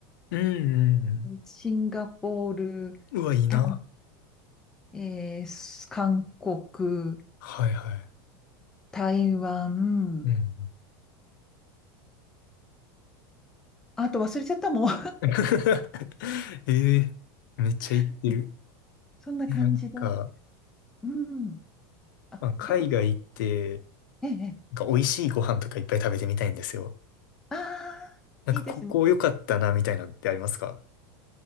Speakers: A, on the left; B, in the centre.
A: うんうんう
B: シンガポール、
A: ん。うわ、いいな。
B: タイ、えーす韓国、
A: はいはい。
B: 台湾、
A: うんうん。
B: あと忘れちゃったもん。
A: <laughs> ええめっちゃ行ってる。
B: <laughs> そんな感じで。
A: えなんか、
B: うん。あ、
A: まあ、海外行って、
B: でも、ええ、ええ
A: なんか美味しいご飯とかいっぱい食べてみたいんですよ。
B: ああ、
A: なんかここ良かったな、
B: いいですね。
A: みたいなのってありますか